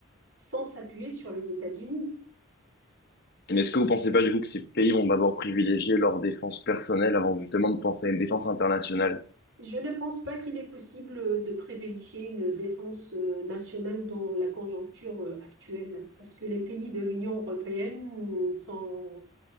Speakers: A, on the right; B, on the left.
A: sans s'appuyer sur les États-Unis?
B: Mais est-ce que vous pensez pas du coup que ces pays vont d'abord privilégier leur défense personnelle avant justement de penser à une défense internationale?
A: Je ne pense pas qu'il est possible euh, de privilégier une défense euh, nationale dans la conjoncture euh, actuelle, parce que les pays de l'Union européenne sont